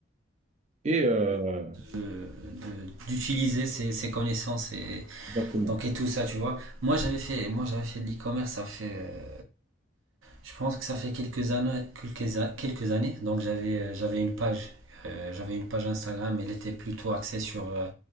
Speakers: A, on the right; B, on the right.
A: Et euh,
B: de- de- d'utiliser ses, ses connaissances et
A: exactement.
B: donc et tout ça tu vois moi j'avais fait moi j'avais fait de l'e-commerce ça fait euh, Je pense que ça fait quelques années, quelques, quelques années. Donc j'avais euh, j'avais une page, euh, j'avais une page Instagram. Elle était plutôt axée sur euh,